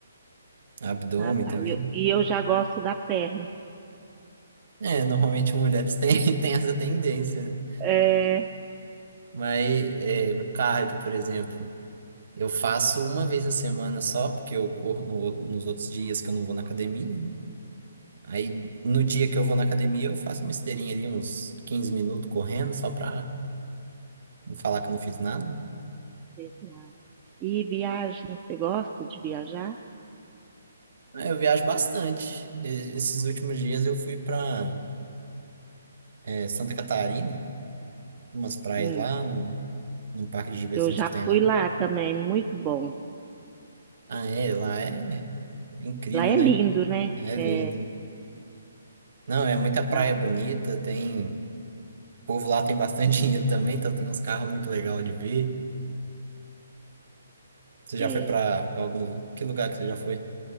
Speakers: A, on the right (about 55°); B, on the right (about 15°).
A: abdômen
B: Ah, tá.
A: também.
B: E eu, e eu já gosto da perna.
A: É, normalmente mulheres têm, <laughs> têm essa tendência, né?
B: É.
A: Mas é, o cardio, por exemplo. Eu faço uma vez na semana só, porque eu corro no outro- nos outros dias que eu não vou na academia. né? Aí, no dia que eu vou na academia, eu faço uma esteirinha ali, uns 15 minutos correndo, só pra não falar que eu não fiz nada.
B: Exato. E viagem, você gosta de viajar?
A: Aí eu viajo bastante. E- esses últimos dias eu fui pra, eh, Santa Catarina, umas praias
B: Hum.
A: lá, no, num parque de diversões
B: Eu já
A: que tem lá.
B: fui lá também, muito bom.
A: Ah, é, lá é, é incrível,
B: Lá é
A: né?
B: lindo, né?
A: É lindo.
B: É,
A: Não, é muita praia
B: a-
A: bonita, tem... O povo lá tem bastante <laughs> dinheiro também, então tem uns carros muito legais de ver. Você já
B: é,
A: foi pra, pra algum. Que lugar que você já foi?